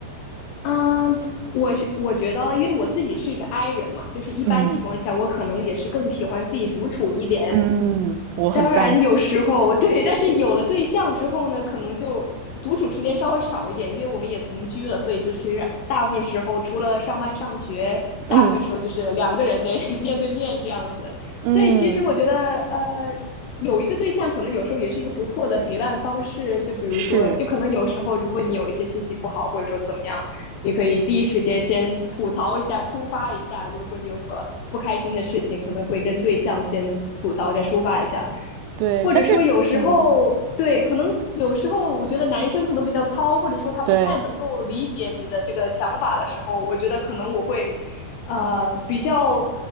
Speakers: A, on the left; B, on the right.
A: 嗯，我觉我觉得，因为我自己是一个 I 人嘛，就是一般情况下，
B: 嗯
A: 我可能也是更喜欢自己独处一点，
B: 嗯，我很赞同。
A: 当然有时候 <laughs> 对，但是有了对象之后呢，可能就独处时间稍微少一点，因为我们也同居了，所以就其实大部分时候除了上班上学，大部分时候就是两个人得
B: 嗯
A: <laughs> 面对面这样子。
B: 嗯，
A: 所以其实我觉得，呃，有一个对象可能有时候也是一个不错的陪伴方式。就比如说，
B: 是
A: 就可能有时候如果你有一些心情不好，或者说怎么样，你可以第一时间先吐槽一下，抒发一下。如果说你有什么不开心的事情，可能会跟对象先吐槽一下，抒发一下。
B: 对，
A: 或者说有时候对，
B: 但是嗯，
A: 可能有时候我觉得男生可能比较糙，或者说他不太能够理解你的这个想法的时候，
B: 对，
A: 我觉得可能我会，呃，比较，